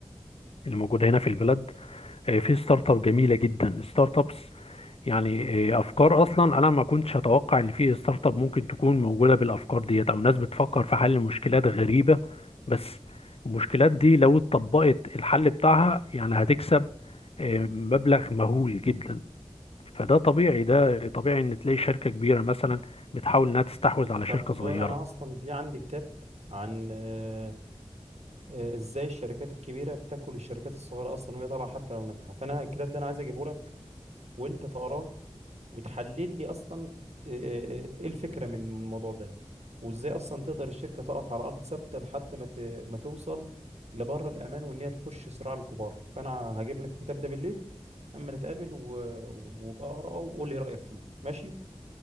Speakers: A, on the left (about 60°); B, on the right (about 70°).
A: اللي موجودة هنا في البلد آه، في ستارت اب جميلة جدا ستارت اب يعني آه، افكار اصلا انا ما كنتش اتوقع ان في ستارت اب ممكن تكون موجوده بالافكار ديت او ناس بتفكر في حل مشكلات غريبه بس المشكلات دي لو اتطبقت الحل بتاعها يعني هتكسب آه، مبلغ مهول جدا فده طبيعي ده طبيعي ان تلاقي شركه كبيره مثلا بتحاول انها تستحوذ على
B: طب
A: شركه صغيره
B: انا اصلا في عندي كتاب عن آه، آه، ازاي الشركات الكبيره بتاكل الشركات الصغيره اصلا وهي طالعه حتى لو ناجحه فانا الكتاب ده انا عايز اجيبه لك وانت تقراه وتحلل لي اصلا آه، آه، ايه الفكره من من الموضوع ده وازاي اصلا تقدر الشركه تقف على ارض ثابته لحد ما ت- ما توصل لبره الامان وان هي تخش صراع الكبار فانا هجيب لك الكتاب ده بالليل اما نتقابل و- وابقى اقراه وقول لي رايك فيه ماشي